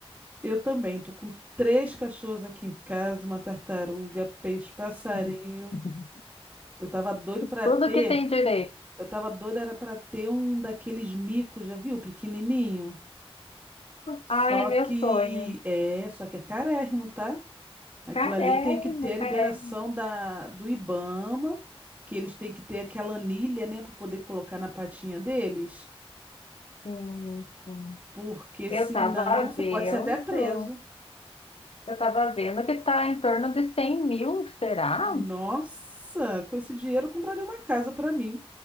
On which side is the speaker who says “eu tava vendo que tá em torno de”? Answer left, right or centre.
Left